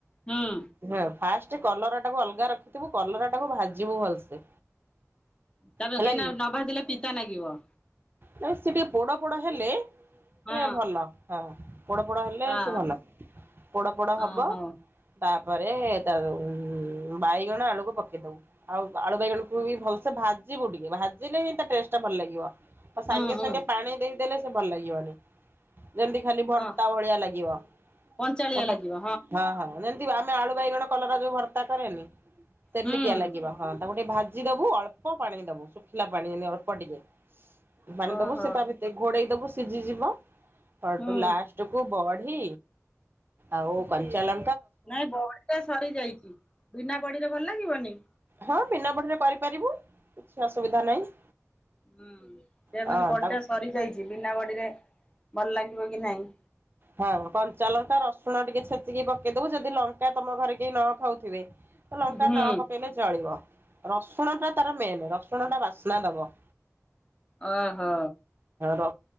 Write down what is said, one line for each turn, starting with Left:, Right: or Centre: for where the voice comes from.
Left: ହୁଁ
Right: ହଁ ଫାଷ୍ଟ ସେ କଲରାଟାକୁ ଅଲଗା ରଖିଥିବୁ କଲରାଟାକୁ ଭାଜିବୁ ଭଲସେ
Left: ତା <unintelligible>
Right: ହେଲା
Left: କାଇଁନାଁ
Right: କି।
Left: ନ ଭାଜିଲେ ପିତା ନାଗିବ।
Right: ସେ ଟିକେ ପୋଡ ପୋଡ ହେଲେ
Left: ହଁ
Right: ସେ ଭଲ। ହଁ ପୋଡ ପୋଡ଼ ହେଲେ
Left: ହଁ
Right: ସେ ଭଲ ପୋଡ ପୋଡ ହବ
Left: ଓହୋ
Right: ତାପ ତାପରେ ତା ବାଇଗଣ ଆଳୁକୁ ପକେଇ ଦବୁ। ଆଉ ଆଳୁ ବାଇଗଣକୁ ବି ଭଲସେ ଭା ଜିବୁ ଟିକେ ଭାଜିଲେ ହିଁ ତା ଟେଷ୍ଟ ଟା ଭଲ ଲାଗିବ। ଆଉ
Left: ହୁଁ
Right: ସାଙ୍ଗେ
Left: ହୁଁ
Right: ସାଙ୍ଗେ ପାଣି ଦେଇଦେଲେ ସେ ଭଲ ଲାଗିବନି। ଯେମତି ଖାଲି ଭର୍ତ୍ତା
Left: ହଁ
Right: ଭଳିଆ ଲାଗିବ
Left: କଞ୍ଚାଳିଆ
Right: ଅହଂ
Left: ଲାଗିବ
Right: ହଁ- ହଁ -ନାଁ <unintelligible> ଆମେ ଆଳୁ ବାଇଗଣ କଲରା ଯୋଉ ଭର୍ତା କରେନି ସେମିତିଆ
Left: ହୁଁ
Right: ଲାଗିବ ହଁ। ତାକୁ ଟିକେ ଭାଜି ଦବୁ ଅଳ୍ପ ପାଣି ଦବୁ ଶୁଖିଲା ପାଣି ଯେମିତି ଅଳ୍ପ ଟିକେ ପାଣି
Left: ଓହୋ
Right: ଦବୁ ସେ ତା ଭିତରେ ଘୋଡେଇ ଦବୁ ସିଝି ଯିବ। ସୋଉଟୁ
Left: ହୁଁ
Right: ଲାଷ୍ଟକୁ ବଢି ଆଉ କଞ୍ଚାଲ
Left: ନାଇଁ ବଢି ଟା ସରି ଯାଇଛି, ବିନା ବଢିରେ ଭଲ ଲାଗିବନି?
Right: ହଁ ବିନା ବଢିରେ କରିପାରିବୁ କିଛି ଅସୁବିଧା ନାହିଁ।
Left: ହୁଁ ସେଇଆ
Right: ହଁ
Left: କହୁଛି ବଢିଟା
Right: ତାକୁ
Left: ସରିଯାଇଛି ବିନା ବଢିରେ ଭଲ ଲାଗିବ କି ନାଇଁ?
Right: ହଁ କଞ୍ଚାଲଙ୍କା, ରସୁଣ ଟିକେ ଛେଚିକି ପକେଇଦବୁ ଯଦି ଲଙ୍କା ତମ ଘରେ କେହି ନ ଖାଉଥିବେ ଲଙ୍କା
Left: ହୁଁ
Right: ନ ପକେଇଲେ ଚଳିବ। ରସୁଣ ଟା ତାର ମେନ୍ ରସୁଣଟା ବାସ୍ନା ଦବ।
Left: ଓ ହୋ।
Right: ର